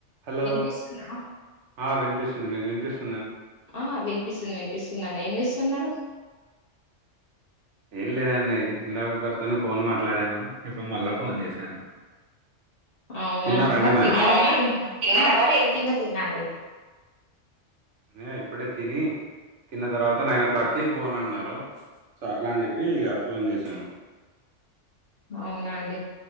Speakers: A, on the right; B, on the left.
A: Hello
B: వినిపిస్తుందా
A: అ విన్పిస్ మీకు వినిపిసు
B: ఆ వినిపిస్తుంది వినిపిస్తుంది అండి ఏం చేస్తు స్తున్నారు
A: ఏం లేదండి ఇందాక ఒకరితోను ఫోన్ మాట్లాడాను ఇప్పుడు మళ్ళా ఫోన్ చేశాను
B: అవునా
A: తిన్నారా అండి
B: మరి తిన్నార
A: అవునా
B: మరి
A: తిన్నారా
B: ఆ
A: మరి
B: తిన్న తిన్నండి.
A: అ ఇప్పుడే తిని తిన్న తర్వాత నైన్ ఓ క్లాక్కిి ఫోన్ అన్నారు. సో అట్లా అని చెప్పి ఫోన్ చేశాను.
B: అవునాండి